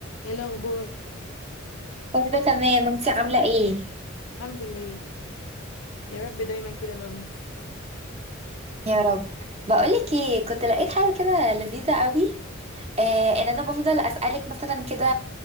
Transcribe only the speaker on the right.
كله تمام انت عاملة ايه؟
يا رب بقولك ايه كنت لقيت حاجة كده لذيذة قوي آه ان انا بفضل اسألك مثلا كده